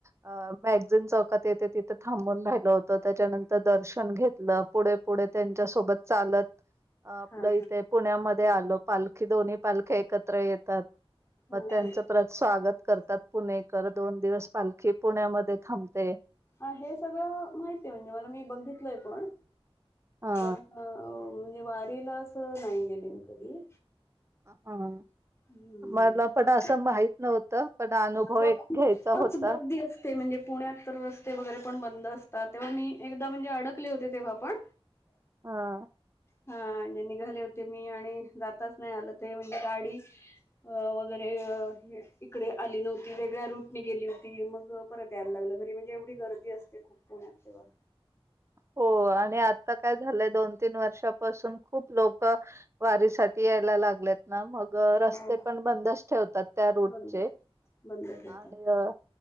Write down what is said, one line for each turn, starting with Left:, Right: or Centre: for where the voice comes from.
Right: अ मॅगझिन चौकात येते तिथे थांबून राहिलो होतो. त्याच्यानंतर दर्शन घेतलं पुढे पुढे त्यांच्या सोबत चालत आपलं
Left: हा
Right: इथे पुण्यामध्ये आलो. पालखी दोन्ही पालखी एक एकत्र येतात.
Left: हा
Right: मग त्यांचं
Left: हा
Right: परत स्वागत करतात पुणेकर. दोन दिवस पालखी पुण्यामध्ये थांबते.
Left: हा हे सगळं माहितीय आहे म्हणजे मला मी बघितलय पण
Right: हा
Left: पण अ म्हणजे वारीला असं नाही गेले मी कधी
Right: हा
Left: हम्म
Right: मला पण असं माहीत नव्हतं पण अनुभव
Left: मग
Right: एक
Left: खूपच
Right: घ्यायचा होता.
Left: गर्दी असते म्हणजे पुण्यात तर ते वगैरे पण बंद असतात तेव्हा मी एकदा म्हणजे अडकले होते तेव्हा पण
Right: हा.
Left: हा म्हजे निघाले होते मी आणि जाताच नाही आल ते म्हणजे गाडीस अ वगैरे अ इकडे आली नव्हती वेगळ्या रूटने गेली होती. मग परत यायला लागलं घरी म्हणजे एवढ एवढी गर्दी असते खूप पुण्यात तेव्हा.
Right: हो आणि आ आता काय झालंय दोन-तीन वर्षापासून खूप लोक क वारीसाठी यायला लाग लेत ना मग
Left: हो
Right: रस्ते पण बंदच ठेवतात. त्या रोडचे
Left: बंद
Right: <inaudible>
Left: बंद ठेवतात
Right: आणि